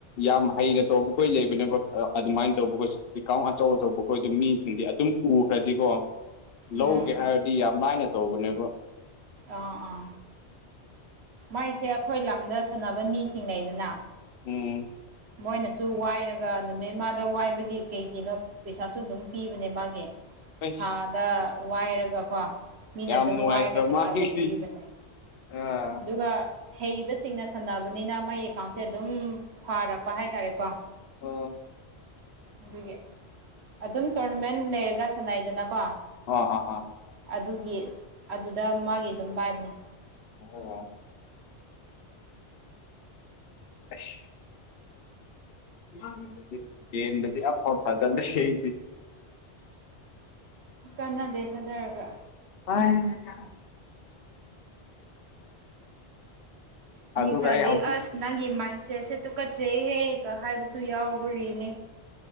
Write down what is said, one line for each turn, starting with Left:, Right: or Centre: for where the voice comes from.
Left: ꯌꯥꯝ ꯍꯩꯅ ꯇꯧꯕꯈꯣꯏ ꯂꯩꯕꯅꯦꯀꯣ ꯑꯗꯨꯃꯥꯏꯅ ꯇꯧꯕ ꯈꯣꯏꯁꯦ ꯋꯤꯀꯥꯎꯟ ꯑꯆꯧ ꯑꯆꯧꯕ ꯈꯣꯏꯗ ꯃꯤꯁꯤꯡꯗꯤ ꯑꯗꯨꯝ ꯎꯈ꯭ꯔꯗꯤꯀꯣ ꯂꯧꯒꯦ
Right: ꯎꯝ
Left: ꯍꯥꯏꯔꯗꯤ ꯌꯥꯝ ꯂꯥꯏꯅ ꯇꯧꯕꯅꯦꯕ
Right: ꯑꯥ ꯑꯥ ꯃꯥꯏꯁꯦ ꯑꯩꯈꯣꯏ ꯂꯝꯗ ꯁꯥꯟꯅꯕ ꯃꯤꯁꯤꯡ ꯂꯩꯗꯅ
Left: ꯎꯝ
Right: ꯃꯣꯏꯅꯁꯨ ꯋꯥꯏꯔꯒ ꯅꯨꯃꯤꯠꯃꯥꯗ ꯋꯥꯏꯕꯒꯤ ꯀꯩ ꯀꯤꯅꯣ ꯄꯩꯁꯥꯁꯨ ꯑꯗꯨꯝ ꯄꯤꯕꯅꯦ ꯃꯥꯒꯤ
Left: ꯑꯩꯁ
Right: ꯊꯥꯗ ꯋꯥꯏꯔꯒꯀꯣ ꯃꯤꯅ
Left: ꯌꯥꯝ
Right: ꯑꯗꯨꯝ
Left: ꯅꯨꯡꯉꯥꯏꯇ꯭ꯔ
Right: ꯋꯥꯏꯔꯒ ꯄꯩꯁꯥ
Left: ꯃꯥꯒꯤꯗꯤ
Right: ꯑꯗꯨꯝ ꯄꯤꯕꯅꯦ
Left: ꯑꯥ
Right: ꯑꯗꯨꯒ ꯍꯩꯕꯁꯤꯡꯅ ꯁꯥꯟꯅꯕꯅꯤꯅ ꯃꯥꯏ ꯑꯦꯀꯥꯎꯟꯁꯦ ꯑꯗꯨꯝ ꯐꯥꯔꯛꯄ ꯍꯥꯏꯇꯥꯔꯦꯀꯣ
Left: ꯑ
Right: ꯑꯗꯨꯒꯤ ꯑꯗꯨꯝ ꯇꯣꯔꯅꯃꯦꯟꯠ ꯂꯩꯔꯒ ꯁꯥꯟꯅꯩꯗꯅꯀꯣ
Left: ꯑꯣ ꯑꯥ ꯑꯥ
Right: ꯑꯗꯨꯒꯤ ꯑꯗꯨꯗ ꯃꯥꯒꯤ ꯑꯗꯨꯝ ꯄꯥꯏꯕꯅꯦ
Left: ꯑꯗꯨꯂꯣꯡ ꯑꯩꯁ ꯗꯦꯝꯗꯗꯤ ꯗꯤ ꯑꯦꯝꯗꯗꯤ ꯑꯝꯐꯥꯎ ꯊꯥꯖꯟꯗꯦ ꯁꯤꯑꯩꯗꯤ
Right: ꯀꯥꯅꯗꯦ ꯊꯥꯗꯔꯒ
Left: <unintelligible>
Right: ꯃꯤ
Left: ꯑꯗꯨꯒ
Right: ꯈꯔꯅꯗꯤ
Left: ꯑꯩ ꯍꯧꯖꯤꯛ
Right: ꯑꯁ ꯅꯪꯒꯤ ꯃꯥꯏꯟꯁꯦꯠꯁꯦ ꯇꯨꯀꯠꯆꯩꯍꯦꯒ ꯍꯥꯏꯕꯁꯨ ꯌꯥꯎꯕꯔꯤꯅꯤ